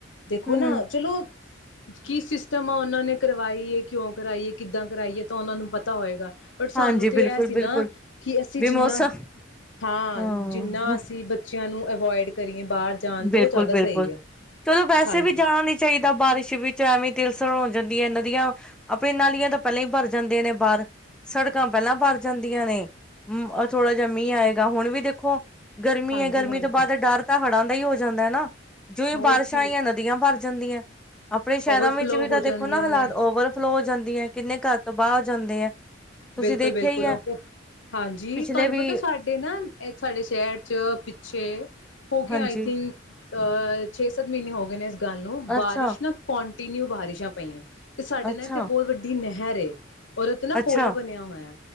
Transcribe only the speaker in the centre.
ਹੂੰ,
ਹਾਂਜੀ
ਬਿਲਕੁਲ-ਬਿਲਕੁਲ,
ਵੀ
ਮੌਸਮ
ਹਾਂ,
ਬਿਲਕੁਲ-ਬਿਲਕੁਲ।
ਚਲੋ ਵੈਸੇ
ਵੀ ਜਾਣਾ ਨੀ ਚਾਹੀਦਾ ਬਾਰਿਸ਼ ਵਿੱਚ ਐਵੇਂ ਤਿਲਸਣ ਹੋ ਜਾਂਦੀ ਹੈ ਨਦੀਆਂ ਆਪਣੀ ਨਾਲੀਆਂ ਤਾਂ ਪਹਿਲਾਂ ਹੀ ਭਰ ਜਾਂਦੇਆਂ ਨੇ ਬਾਹਰ। ਸੜਕਾਂ ਪਹਿਲਾਂ ਭਰ ਜਾਂਦੀਆਂ ਨੇ। ਥੋੜਾ ਜਿਹਾ ਮੀਂਹ ਆਏਗਾ ਹੁਣ ਵੀ ਦੇਖੋ। ਗਰਮੀ
ਹੈ ਗਰਮੀ
ਤੋਂ ਬਾਅਦ ਡਰ ਤਾਂ ਹੜ੍ਹਾਂ ਹੀ ਹੋ ਜਾਂਦਾ ਨਾ। ਜਿਵੇਂ
ਬਾਰਿਸ਼
ਆਈਆਂ ਨਦੀਆਂ ਭਰ ਜਾਂਦੀਆਂ ਆਪਣੇ ਸ਼ਹਿਰਾਂ
ਵਿੱਚ ਵੀ ਤਾਂ
ਦੇਖੋ
ਨਾ ਹਾਲਾਤ
ਓਵਰਫਲੋ ਹੋ ਜਾਂਦੀ ਹੈ ਕਿੰਨੇ ਘਰ ਤਬਾਹ ਹੋ ਜਾਂਦੇ ਹੈ। ਤੁਸੀਂ
ਦੇਖਿਆ
ਹੀ ਹੈ
ਪਿਛਲੇ
ਵੀ
ਹਾਂਜੀ
ਅੱਛਾ
ਅੱਛਾ
ਅੱਛਾ